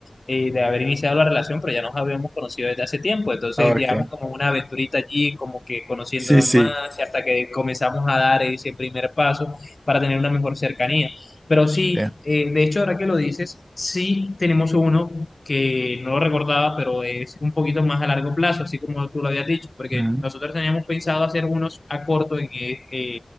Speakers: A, on the left; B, on the right.
A: eh, de haber iniciado la relación, pero ya nos habíamos conocido desde hace tiempo, entonces
B: Ok.
A: llevamos como una aventurita allí, como que conociéndonos
B: Sí, sí.
A: más, y hasta que comenzamos a dar ese primer paso para tener una mejor cercanía. Pero sí,
B: Sí.
A: eh, de hecho, ahora que lo dices, sí tenemos uno que no lo recordaba, pero es un poquito más a largo plazo, así como tú lo habías dicho, porque
B: Ujú.
A: nosotros teníamos pensado hacer unos a corto en, eh, eh,